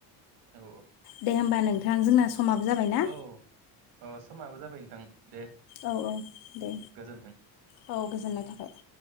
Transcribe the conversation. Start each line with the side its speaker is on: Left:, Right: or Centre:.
Right: औ
Left: दे होमबा नों थां जोंना समाबो जाबायना
Right: औ ओ समाबो जाबाय नोंथां दे
Left: औ औ दे
Right: गोजोन्थों।
Left: औ गोजोननाय थाबाय।